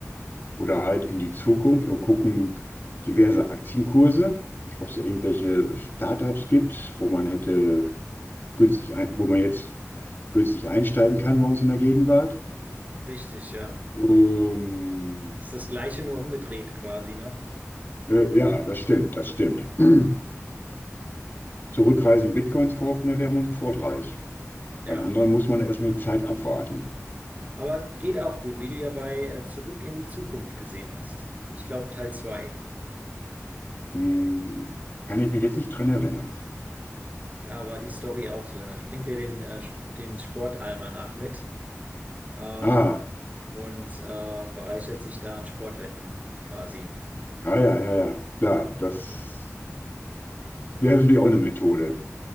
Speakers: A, on the left; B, on the right.
A: Oder halt in die Zukunft und gucken diverse Aktienkurse, ob es da irgendwelche Startups gibt, wo man hätte günstig ein, wo man jetzt günstig einsteigen kann bei uns in der Gegenwart.
B: Richtig, ja.
A: Ähm,
B: Ist das Gleiche nur umgedreht quasi, ne?
A: äh, ja, das stimmt, das stimmt. <clears throat> Zurückreisen, Bitcoins kaufen, da wäre man sofort reich.
B: Ja,
A: Beim anderen muss man erstmal die Zeit abwarten.
B: genau. Aber geht auch gut, wie du ja bei äh, Zurück in die Zukunft gesehen hast. Ich glaube, Teil zwei
A: Hm, kann ich mich jetzt nicht dran erinnern.
B: Da war die Story auch so. Da springt er den, äh, Sp- den Sportalmanach mit äh,
A: Ah,
B: und äh, bereichert sich da an Sportwetten quasi.
A: ja, ja, ja, ja. Klar, das wäre natürlich auch eine Methode.